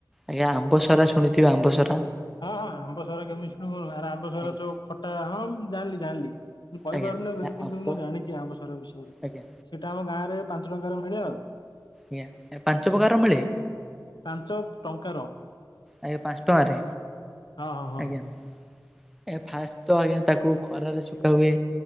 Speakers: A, in the centre; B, on the left (about 80°).
A: ଆଜ୍ଞା ଆମ୍ବସରା ଶୁଣିଥିବେ ଆମ୍ବସରାା?
B: ହଁ ହଁ ଆମ୍ବ ସରା କେମିତି ଶୁଣିବୁନୁ ଆରେ ଆମ୍ବ ସରା
A: ଆଜ୍ଞା
B: ଯୋଉ ଖଟା ହଁ ମୁଁ ଜାଣିଲି ଜାଣିଲି। ମୁଁ କହିପାରୁନି
A: ଆଜ୍ଞା
B: ଭାଇ କିନ୍ତୁ
A: ଆମ୍ବ
B: ମୁଁ ଜାଣିଚି ଆମ ସହର ବିଷୟରେ
A: ଆଜ୍ଞା
B: ସେଇଟା ଆମ ଗାଁ ରେ ପାଞ୍ଚ ଟଙ୍କାରେ ମିଳେ ଆଉ।
A: ଆଜ୍ଞା ପାଞ୍ଚ ପ୍ରକାର ର ମିଳେ?
B: ପାଞ୍ଚ ଟଙ୍କାର।
A: ଆଜ୍ଞା ପାଞ୍ଚ ଟଙ୍କାରେ
B: ହଁ ହଁ ହଁ
A: ଆଜ୍ଞା। ଆଜ୍ଞା ଫାଷ୍ଟ ତ ଆଜ୍ଞା ତାକୁ ଖରାରେ ଶୁଖା ହୁଏ